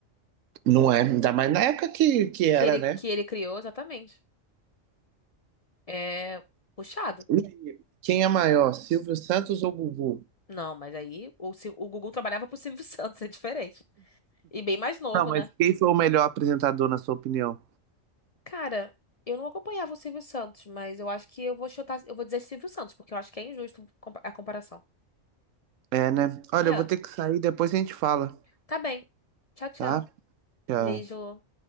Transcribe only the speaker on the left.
Que ele,
que ele criou, exatamente. É puxado.
Não, mas aí o, Sil- o Gugu trabalhava pro Silvio <laughs> Santos, é diferente. E bem mais novo,
né?
Cara, eu não acompanhava o Silvio Santos, mas eu acho que eu vou chutar, eu vou dizer Silvio Santos, porque eu acho que é injusto compa- a comparação.
É,
tá bem. Tchau, tchau.
Beijo.